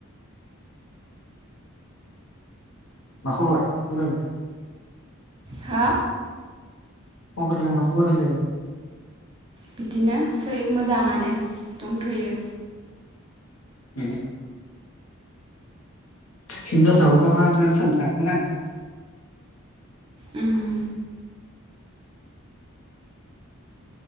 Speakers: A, on the left (about 80°); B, on the right (about 25°).
A: मा खबर खबरालाय
B: हा
A: खबरालाय मा खबर होनदो
B: बिदिनोसै मोजाङानो दंथ'यो।
A: उम हिनजावसा फोरदो माथो होनो सानथ्राखैमोन आं।
B: उम